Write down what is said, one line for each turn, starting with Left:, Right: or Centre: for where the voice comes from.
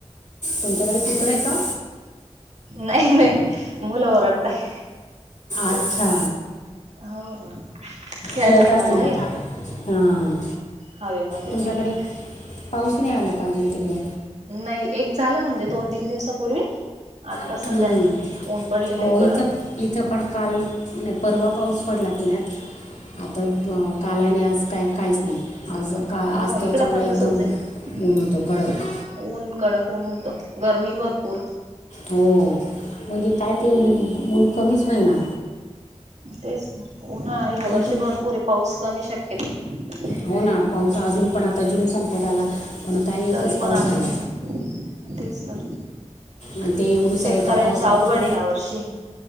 Left: तुमच्याकडे कुत्रा आहे का?
Right: नाही नाही मुलं ओरडतय,
Left: अच्छा
Right: हो, हो. खेळता
Left: खेळत
Right: आहे
Left: असतील
Right: ना बाहेर
Left: हां
Right: हवे मध्ये
Left: तुमच्याकडे
Right: त्यामुळे,
Left: पाऊस नाही आला का अजून तिकडे,
Right: नाही एक झाला म्हणजे दोन तीन दिवसापूर्वी आता
Left: हम्म.
Right: सध्या नाही. पडलेलं
Left: हो
Right: आहे कडक
Left: इथं इथं पण काल परवा पाऊस पडला पुण्यात, आता काल आणि आज काय काहीच नाही. आज का
Right: हो
Left: आज तर
Right: इकड
Left: चांगलं
Right: पण
Left: एकदम
Right: तसच आहे
Left: ऊन होतं कडक
Right: ऊन कडक ऊन होतं गरमी. भरपूर.
Left: हो म्हणजे काय ते ऊन कमीच होइना.
Right: तेच उन्हा ह्या वर्षी
Left: तुम
Right: भरपूर आहे पाऊस कमी शक्यता.
Left: हो ना पाऊस अजून पण आता जून संपत आला पणता एकच
Right: तरी पण
Left: पाऊस
Right: अजून
Left: झाला.
Right: तेच तर
Left: आणि ते एवढस
Right: शेतकऱ्यांच
Left: आहे का पावसात
Right: अवघड आहे या वर्षी